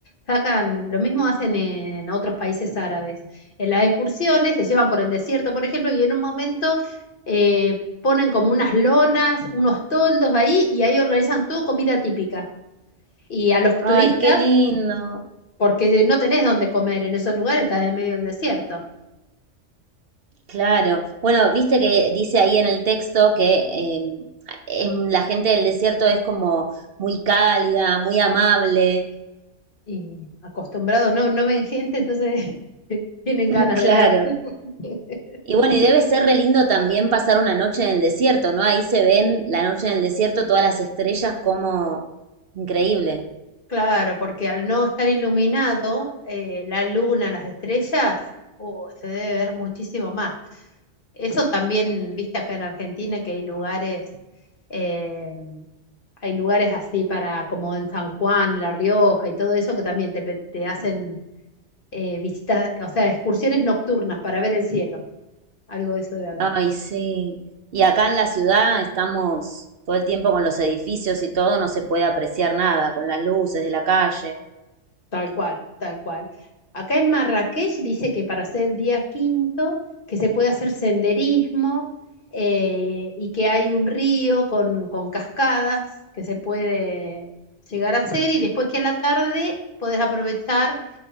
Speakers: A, on the left; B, on the right.
A: sacan, lo mismo hacen en otros países árabes. En las excursiones te llevan por el desierto, por ejemplo, y en un momento eh, ponen como unas lonas, unos toldos ahí y ahí organizan todo comida típica. Y a los
B: Ay,
A: turistas,
B: qué lindo.
A: porque no tenés dónde comer en esos lugares, estás en medio del desierto.
B: Claro. Bueno, viste que dice ahí en el texto que eh, em, la gente del desierto es como muy cálida, muy amable.
A: y acostumbrados, no, no ven gente, entonces <laughs> tienen
B: <laughs>
A: ganas de
B: Claro.
A: ver. <laughs>
B: Y bueno, y debe ser re lindo también pasar una noche en el desierto, ¿no? Ahí se ven la noche en el desierto, todas las estrellas como increíble.
A: Claro, porque al no estar iluminado, eh, la luna, las estrellas, oh, se debe ver muchísimo más. Eso también, viste acá en Argentina, que hay lugares, eh, hay lugares así para, como en San Juan, La Rioja y todo eso, que también te, pe- te hacen eh, visitas, o sea, excursiones nocturnas para ver el cielo. Algo de eso debe haber.
B: Ay, sí. Y acá en la ciudad estamos todo el tiempo con los edificios y todo, no se puede apreciar nada, con las luces de la calle.
A: Tal cual, tal cual. Acá en Marrakech dice que para hacer el día quinto, que se puede hacer senderismo eh, y que hay un río con, con cascadas que se puede llegar a hacer y después que a la tarde podés aprovechar